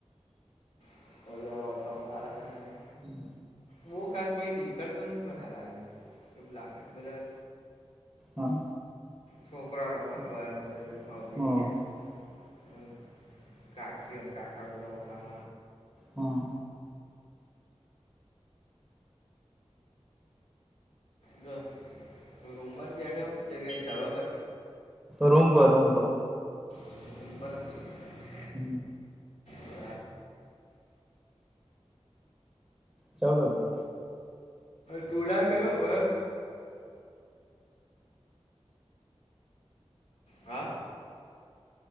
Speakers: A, on the left; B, in the centre.
A: <unintelligible>
B: હમ્મ
A: બહુ ખાસ કોઈ નીકળતો નહીં પણ હાર એ લાગે બધા
B: હા
A: છોકરા રમે હ બારને બધા ડોહા ગયા બેહી
B: હા
A: રહ્યા. હમ્મ કાકી કાકા બધા <inaudible>
B: હા.
A: બસ રૂમમાં જ બેઠો કે ધાબા પર?
B: રૂમપર રૂમપર
A: <inaudible>
B: હમ્મ.
A: છું
B: સાલું રાખ જે
A: તુડા કયો હા.